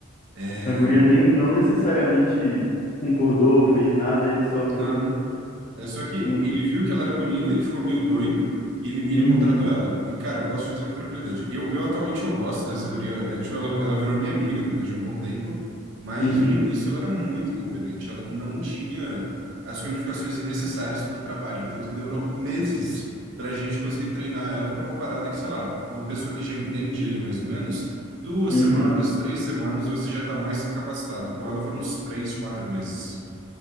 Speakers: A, on the right; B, on the left.
A: É,
B: a guria nem, não necessariamente concordou, fez nada, ele só
A: nada.
B: foi um,
A: É, só que
B: um,
A: ele viu que ela era bonita, ele ficou meio doido e ele, e
B: uhum,
A: ele contratou ela. E, cara, eu posso te dizer com tranquilidade. Eu, eu atualmente eu gosto dessa guria. É, tipo, ela, ela virou minha amiga depois de um bom tempo, mas
B: uhum,
A: no início ela era muito incompetente. Ela não tinha as qualificações necessárias para o trabalho. Tanto que demorou meses para a gente conseguir treinar ela para uma parada que, sei lá, uma pessoa que já entende ele mais ou menos, duas
B: uhum.
A: semanas, três semanas, você já está mais que capacitado. Com ela foram uns três, quatro meses.